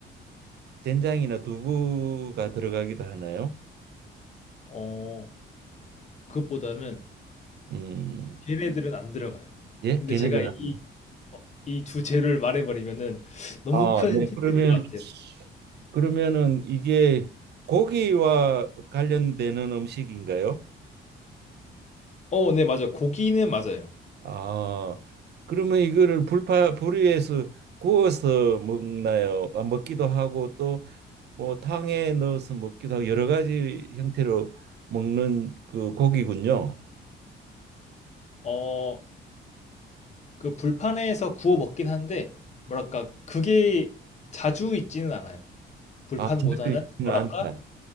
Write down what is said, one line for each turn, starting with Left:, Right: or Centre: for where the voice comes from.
Right: 된장이나 두부가 들어가기도 하나요?
Left: 어 그것보다는
Right: 음.
Left: 걔네들은 안 들어가요.
Right: 예,
Left: 근데
Right: 걔네들하고.
Left: 제가 이 어 이주 재료를 말해 버리면은 너무
Right: 아,
Left: 큰
Right: 네.
Left: 힌트일
Right: 그러면
Left: 것 같아요.
Right: 네. 그러면은 이게 고기와 관련되는 음식인가요?
Left: 어 네 맞아요. 고기는 맞아요.
Right: 아, 그러면 이거를 불파 불 위에서 구워서 먹나요? 아, 먹기도 하고 또 뭐 탕에 넣어서 먹기도 하고 여러 가지 형태로 먹는 그 고기군요.
Left: 어 그 불판에서 구워 먹긴 한데 뭐랄까 그게 자주 있지는 않아요. 불판보다는
Right: 아, 자주 있지는
Left: 뭐랄까
Right: 않다.